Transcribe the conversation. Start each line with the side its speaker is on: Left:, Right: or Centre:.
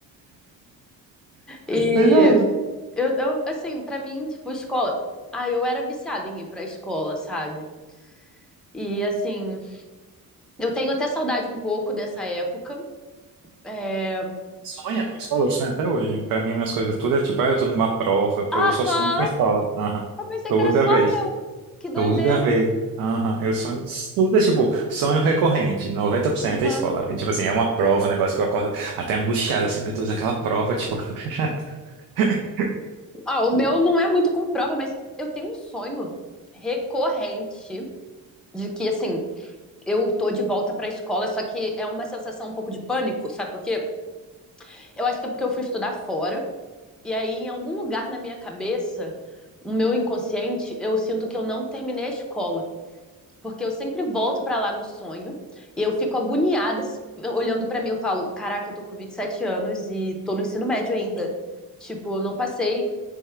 Centre: E
Right: mas é
Centre: eu, eu, assim, pra mim, tipo, escola. Ah, eu era viciada em ir pra escola, sabe? E assim, eu tenho até saudade um pouco dessa época. É...
Right: Sonha com escola, eu sonho até hoje. Pra mim, minhas coisas tudo é tipo, ah, eu tô numa prova, pra-
Centre: Aham!
Right: eu só sonho com escola. Aham.
Centre: Eu pensei
Right: Toda
Centre: que era só.
Right: vez.
Centre: Que doideira!
Right: Toda vez. Aham. Eu sonho. Tudo é tipo, sonho recorrente. noventa por cento
Centre: Aham.
Right: é escola. É, tipo assim, é uma prova, um negócio que eu acordo até angustiado, assim, meu Deus, aquela prova, tipo. <laughs>
Centre: Ah, o meu não é muito com prova, mas eu tenho um sonho recorrente de que, assim, eu tô de volta pra escola, só que é uma sensação um pouco de pânico, sabe por quê? Eu acho que é porque eu fui estudar fora, e aí em algum lugar na minha cabeça, no meu inconsciente, eu sinto que eu não terminei a escola. Porque eu sempre volto pra lá no sonho e eu fico agoniada s- olhando pra mim. Eu falo: Caraca, eu tô com 27 anos e tô no ensino médio ainda. Tipo, eu não passei